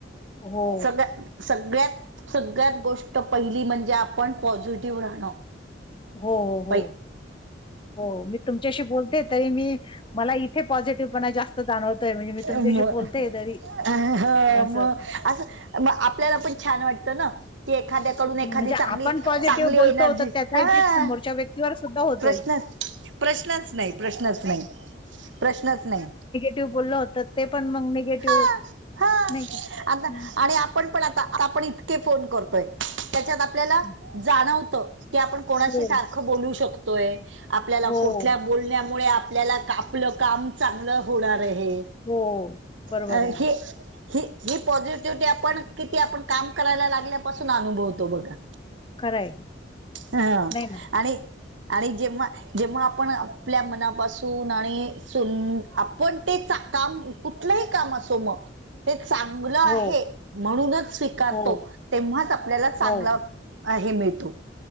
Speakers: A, on the left (about 25°); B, on the right (about 85°).
A: हो,
B: सध्या. सगळ्यात सगळ्यात गोष्ट पहिली म्हणजे आपण पॉझिटिव्ह राहणं.
A: हो हो हो
B: पै
A: हो मी तुमच, तुमच्याशी बोलते तरी मी मला इथे पॉझिटिव्ह पणा जास्त जाणवतोय. मी तुमच्याशी
B: अम ह्अ
A: बोलते तरी
B: होय
A: असं
B: म अस म आपल्याला पण छान वाटतं ना की एखाद्या कडून
A: म्हणजे
B: एखादी चांगली
A: आपण पॉझिटिव्ह
B: चांगली
A: बोलतो
B: एनर्जी
A: तर त्याचा
B: ह्अ
A: इफेक्ट समोरच्या व्यक्तीवर सुद्धा होतोय,
B: प्रश्न, प्रश्नच नाही, प्रश्नच नाही, प्रश्नच नाही.
A: ते बोलला होतो ते पण मग निगेटिव्ह
B: हा हा
A: नाही का.
B: आता
A: हं,
B: आणि आपण पण आता आता आपण इतके फोन करतोय. त्याच्यात आपल्याला
A: हं.
B: जाणवत की आपण कोणाशी
A: हो,
B: सारखं बोलू शकतोय. आपल्याला
A: हो.
B: कुठल्या बोलण्यामुळे आपल्याला आपलं काम चांगलं होणार आहे.
A: हो, बरोबर
B: अ
A: आहे ना.
B: हि हि ही पॉझिटिव्हटी आपण किती आपण काम करायला लागल्यापासून अनुभवतो बघा.
A: खरं आहे.
B: हा
A: नाही ना.
B: आणि आणि जेव्हा, जेव्हा आपण आपल्या मनापासून आणि सुद आपण ते चा काम, कुठलही काम असो म, चांगलं आहे
A: हो,
B: म्हणूनच स्वीकारतो
A: हो,
B: तेव्हाच आपल्याला चांगलं,
A: हो.
B: हे मिळतो